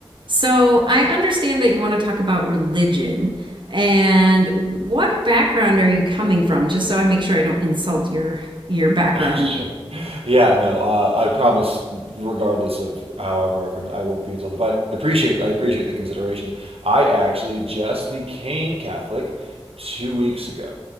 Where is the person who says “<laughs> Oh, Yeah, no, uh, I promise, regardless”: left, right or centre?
Right